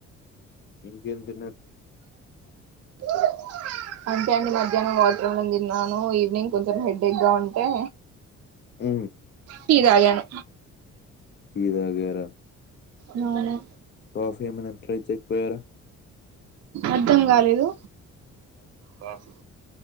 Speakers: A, on the left; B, on the right.
A: ఇంకేం తిన్నారండి
B: <inaudible> అంతే అండి మధ్యాహ్నం వాటర తిన్నాను ఈవినింగ్ కొంచెం హెడ్ ఎక్ గా ఉంటే
A: ఉ
B: టీ తాగాను
A: <unintelligible>
B: మవును
A: కాఫీ అమినట్యి చెక్పోయార
B: అర్థం కాలేదు కాఫీ